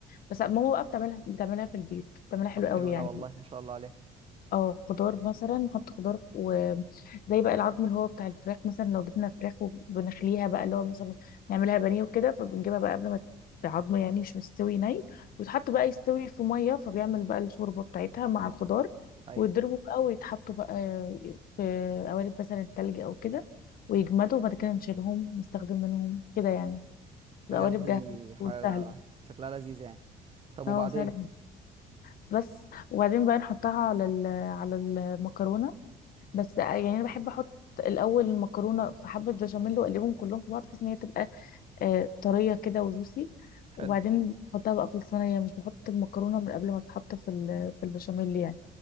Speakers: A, on the left; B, on the right.
A: بس ماما بقى بتعملها بتعملها في البيت بتعملها حلو
B: طب حلو
A: قوي يعني
B: ده والله ما شاء الله عليها
A: اه خضار مثلا نحط خضار وزي بقى العظم اللي هو بتاع الفراخ مثلا لو جبنا فراخ وبنخليها بقى اللي هو مثلا نعملها بانيه وكده فبنجيبها بقى قبل ما العظم يعني مش مستوي ني ويتحط بقى يستوي في ميه فبيعمل بقى الشوربه بتاعتها مع الخضار
B: ايوه
A: ويضربوا بقى ويتحطوا بقى في قوالب مثلا التلج او كده ويجمدوا وبعد كده نشيلهم نستخدم منهم كده يعني تبقى
B: بجد
A: قوالب جاهزه
B: دي حاجه
A: وسهله
B: شكلها لذيذ يعني طب
A: اه
B: وبعدين
A: سهله بس وبعدين بقى نحطها على ال- على المكرونه بس آه، يعني انا بحب احط الاول المكرونه في حبه بشاميل واقلبهم كلهم في بعض بحيث ان هي تبقى آه، طريه كده وجوسي
B: حلو
A: وبعدين بحطها بقى في الصينيه مش بحط المكرونه من قبل ما تتحط في ال- في البشاميل يعني